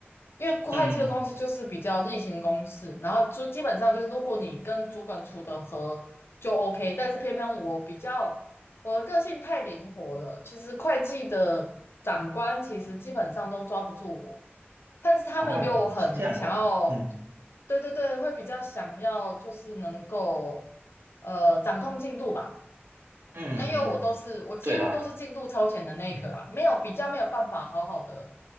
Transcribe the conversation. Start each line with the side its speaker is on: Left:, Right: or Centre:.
Left: 因为会计的东西就是比较例行公事，
Right: 嗯嗯，
Left: 然后就基本上就是如果你跟主管处得和就 OK，但是偏偏我比较我的个性太灵活了，其实会计的长官其实基本上都抓不住我。但是他们又很想要，
Right: 啊，是这样哦，嗯
Left: 对对对，会比较想要就是能够呃掌控进度吧。
Right: 嗯嗯，
Left: 那因为我都是我几乎都是进度超前的那一个啦，
Right: 嗯对啦。
Left: 没有比较没有办法好好的